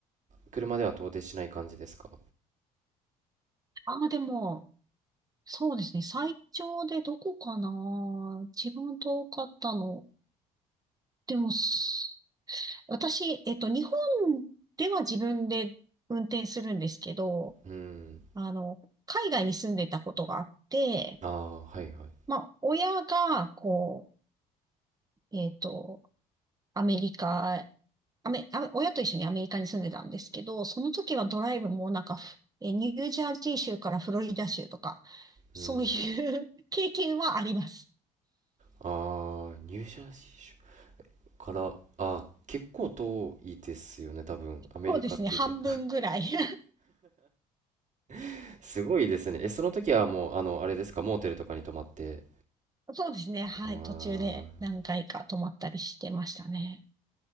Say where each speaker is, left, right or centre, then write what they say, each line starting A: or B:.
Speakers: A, on the right; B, on the right.
A: 車では到底しない感じですか
B: ああ、でも、そうですね。最長でどこかな一番遠かったの。でも、す私、えっと、日本では自分で運転するんですけど、
A: うん
B: あの、海外に住んでたことがあって、
A: ああーはいはい
B: まあ、親が、こう、えっと、アメリカ、アメ、あ、親と一緒にアメリカに住んでたんですけど、その時はドライブもなんかふ、え、ニュージャージー州からフロリダ州とか、そういう
A: うん
B: <laughs> 経験はあります。
A: ああ、ニュージャージー州から、あー結構遠いですよね、多分。アメリカって言って。
B: そうですね、半分ぐらい。<laughs>
A: <laughs> すごいですね。え、その時はもう、あの、あれですか、モーテルとかに泊まって。
B: そうですね、はい、
A: ああ。
B: 途中で何回か泊まったりしてましたね。